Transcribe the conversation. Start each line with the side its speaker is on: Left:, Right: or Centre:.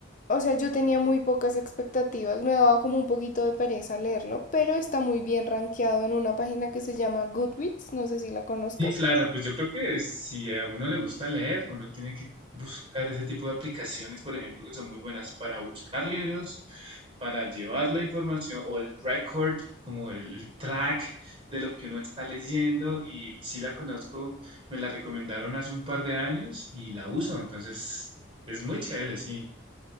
Left: o sea, yo tenía muy pocas expectativas, me daba como un poquito de pereza leerlo, pero está muy bien rankeado en una página que se llama Goodreads, no sé si la conozcas.
Right: Sí, claro, pues yo creo que si a uno le gusta leer, uno tiene que buscar ese tipo de aplicaciones, por ejemplo, que son muy buenas para buscar libros, para llevar la información o el record, como el, el track de lo que uno está leyendo. Y, y sí la conozco, me la recomendaron hace un par de años y la uso, entonces es muy chévere, sí.